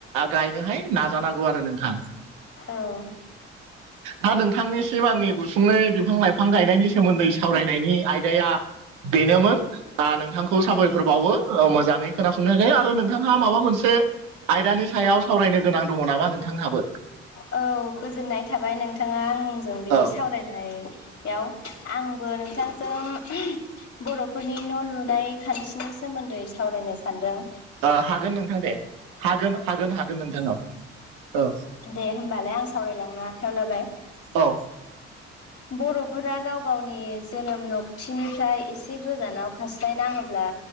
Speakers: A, on the right; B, on the left.
A: गायनोहाय नाजानांगौ आरो नोंथां।
B: औ
A: दा नोंथांनिसिम आंनि गुसुंनै बिफां लाइफां गायनायनि सोमोन्दै सावरायनायनि आयदाया बेनोमोन। आ नोंथांखौ साबायखर बावो मोजाङै खोनासंनायखाय आरो नोंथाङा माबा मोनसे आयदानि सायाव सावरायनो गोनां दङ नामा नोंथांहाबो?
B: औ गोजोननाय थाबाय नोंथाङा आंजों बिदि
A: औ
B: सावरायनाय याव आंबो नोंथांजों बर'फोरनि न' लुनाय खान्थिनि सोमोन्दै सावरायनो सान्दों।
A: ओ हागोन नोंथां दे हागोन हागोन हागोन नोंथां औ औ।
B: दे होमबालाय आं सावरायलांनो आखायाव लाबाय।
A: औ।
B: बर'फोरा गाव गावनि जोनोम न'कथिनिफ्राय एसे गोजानाव खारस्लायनाङोब्ला